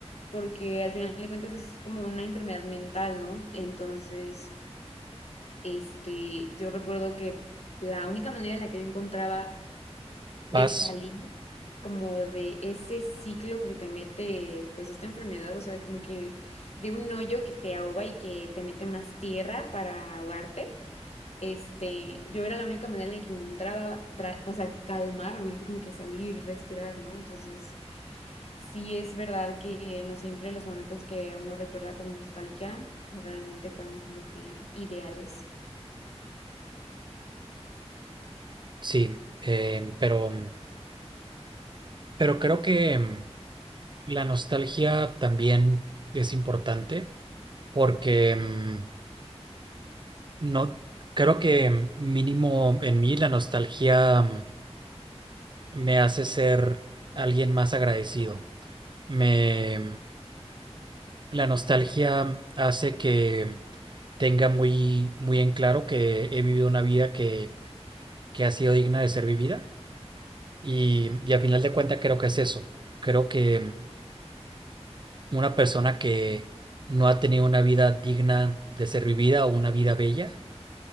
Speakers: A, on the left; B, on the right.
A: porque al final de cuentas es como una enfermedad mental, ¿no? Entonces, este, yo recuerdo que la única manera en la que yo encontraba de
B: paz,
A: salir como de ese ciclo que te mete pues esta enfermedad, o sea, como que de un hoyo que te ahoga y que te mete más tierra para ahogarte. Este, yo era la única manera en la que encontraba, tra- o sea, calmarme, así como que salir, respirar, ¿no? Entonces, sí es verdad que no siempre los momentos que uno recuerda con nostalgia realmente fueron como que ideales.
B: sí, eh, pero... Pero creo que mm, la nostalgia también es importante porque mm, no creo que mm, mínimo en mí la nostalgia mm, me hace ser alguien más agradecido. Me mm, la nostalgia mm, hace que tenga muy muy en claro que he vivido una vida que que ha sido digna de ser vivida y y a final de cuentas creo que es eso. Creo que mm, una persona que no ha tenido una vida digna de ser vivida o una vida bella,